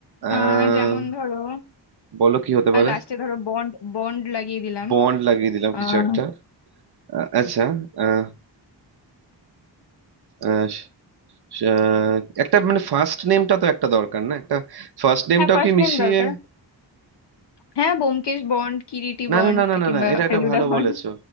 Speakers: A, on the right; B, on the left.
A: আহ
B: আহ, যেমন ধরো
A: বলো কি হতে পারে
B: লাস্টে ধরো বন্ড বন্ড লাগিয়ে দিলাম
A: বন্ড লাগিয়ে দিলাম
B: আহ,
A: কিছু একটা আ- আচ্ছা আহ আহ, আহ, একটা মানে ফার্স্ট নেমটা তো একটা দরকার না একটা ফার্স্ট নেমটাও
B: হ্যাঁ ফার্স্ট
A: কি মিশিয়ে
B: নেম দরকার হ্যাঁ ব্যোমকেশ বন্ড কিরিটি
A: না
B: বন্ড
A: না না না না
B: কিংবা
A: না এটা এটা
B: ফেলুদা
A: ভালো
B: বন্ড
A: বলেছো